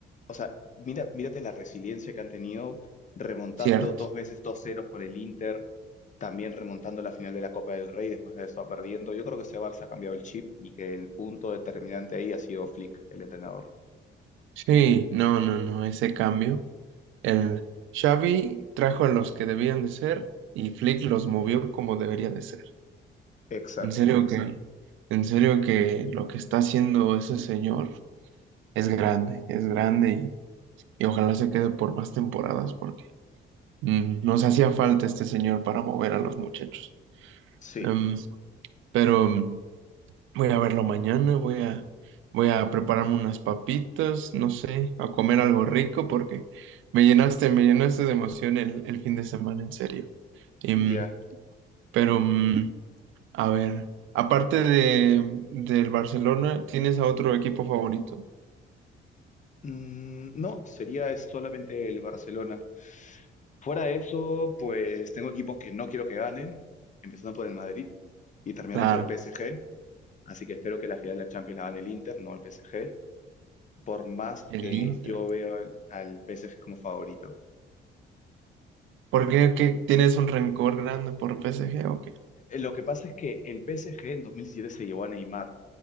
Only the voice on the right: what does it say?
Cierto.
Sí, no, no, no, ese cambio. El Xavi trajo a los que debían de ser y Flick los movió como debería de ser.
En serio que, en serio que lo que está haciendo ese señor es grande, es grande y, y ojalá se quede por más temporadas porque Mm, Nos hacía falta este señor para mover a los muchachos.
Em, pero mm, voy a verlo mañana, voy a, voy a prepararme unas papitas, no sé, a comer algo rico porque me llenaste, me llenaste de emoción el, el fin de semana, en serio. Em,
pero, mm, a ver, aparte de, mm, del Barcelona, ¿tienes a otro equipo favorito?
Claro,
el
Inter.
¿Por qué, qué tienes un rencor grande por PSG o qué?